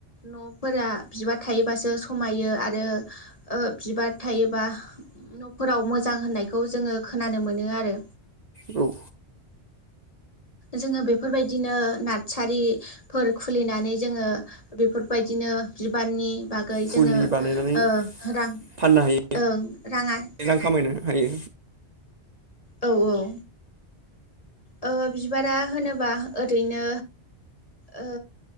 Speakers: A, on the left (about 35°); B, on the right (about 40°).
A: न'फोरा बिबार थायोबासो समायो आरो ओ बिबार थायोबा न'फोराव मोजां होननायखौ जोङो खोनानो मोनो आरो
B: औ
A: जोङो बेफोरबायदिनो नातसारिफोर खुलिनानै जोङो बेफोरबायदिनो बि बारनि बागै
B: फुलि
A: जोङो
B: बानायनानै
A: ओ रां
B: फाननो हायो
A: ओं रां आ
B: रां खामायनो हायो
A: औ औ ओ बिबारा होनोबा ओरैनो ओ